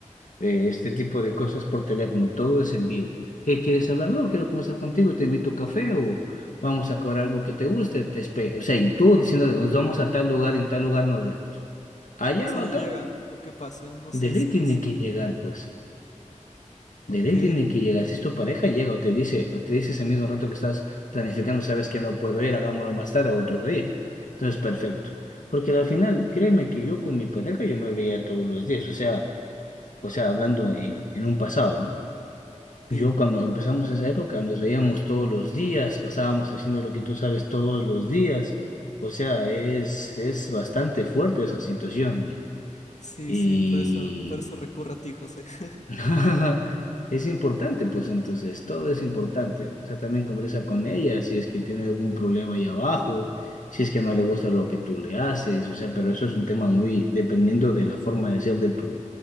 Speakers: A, on the left; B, on the left.
A: eh, este tipo de cosas por teléfono, todo es en vivo. ¿Qué quieres saber? No, quiero conversar contigo, te invito a café o vamos a comer algo que te guste, te espe- O sea, y tú diciéndole, nos vamos a tal lugar, en tal lugar nos vemos. Allá
B: ¿Y si
A: o acá,
B: no llega? ¿O qué pasa? No sé,
A: de ley
B: si
A: tiene
B: no sé.
A: que llegar, pues.
B: Ok,
A: De ley tiene que llegar. Si es tu pareja, llega o te dice, o te dice ese mismo rato que estás planificando, sabes que no puedo ir, hagámoslo más tarde otro día. Entonces, perfecto. Porque al final, créeme que yo con mi pareja yo me veía todos los días, o sea, o sea, hablando en en un pasado, ¿no? Yo
B: sí,
A: cuando empezamos esa época nos veíamos todos los días, pasábamos haciendo lo que tú sabes todos los días. O sea, es, es bastante fuerte esa situación.
B: sí,
A: Y,
B: sí, por eso, por eso recurro a ti, José. <laughs>
A: <laughs> Es importante, pues entonces, todo es importante. O sea, también conversa con ella si es que tiene algún problema ahí abajo, si es que no le gusta lo que tú le haces, o sea, pero eso es un tema muy dependiendo de la forma de ser de tu,